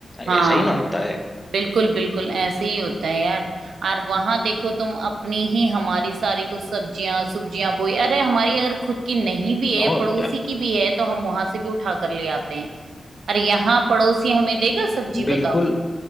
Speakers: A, on the left; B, on the right.
A: ऐसा
B: हाँ
A: ही ना होता है
B: बिल्कुल बिल्कुल ऐसे ही होता है यार और वहां देखो तुम अपनी ही हमारी सारी कुछ सब्जियां सब्जियां बोई अरे हमारी अगर खुद की नहीं भी
A: और
B: है पड़ोसी
A: क्या
B: की भी है तो हम वहां से भी उठा कर ले आते हैं अरे यहाँ पड़ोसी हमें देगा सब्जी
A: बिल्कुल
B: बताओ